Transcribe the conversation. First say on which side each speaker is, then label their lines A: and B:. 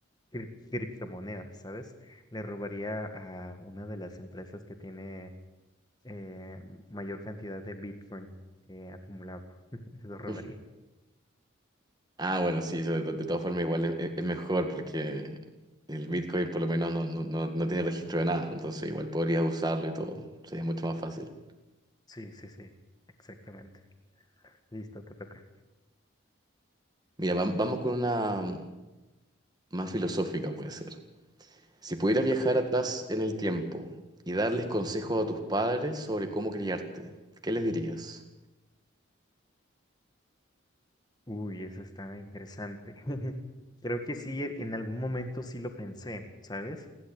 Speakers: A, on the left (about 20°); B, on the right (about 20°).
A: crip- criptomonedas, ¿sabes? Le robaría a una de las empresas que tiene eh, mayor cantidad de Bitcoin eh, acumulado. <laughs> Lo robaría.
B: <laughs> Ah, bueno, sí, eso de, de todas formas igual es, es mejor porque el Bitcoin por lo menos no, no, no, no tiene registro de nada, entonces igual podrías usarlo y todo, sería mucho más fácil.
A: Sí, sí, sí, exactamente. Listo, te toca.
B: Mira, vam- vamos con una mm, más filosófica puede ser. Si pudieras viajar
A: Ok.
B: atrás en el tiempo y darles consejos a tus padres sobre cómo criarte, ¿qué les dirías?
A: Uy, eso está interesante. <laughs> Creo que sí, en algún momento sí lo pensé, ¿sabes?